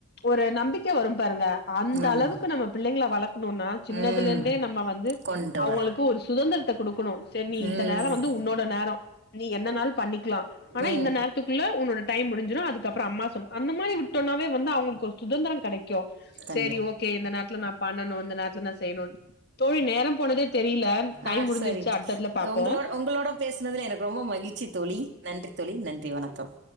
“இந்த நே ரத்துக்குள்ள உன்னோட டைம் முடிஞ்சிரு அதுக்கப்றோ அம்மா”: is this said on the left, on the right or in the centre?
Left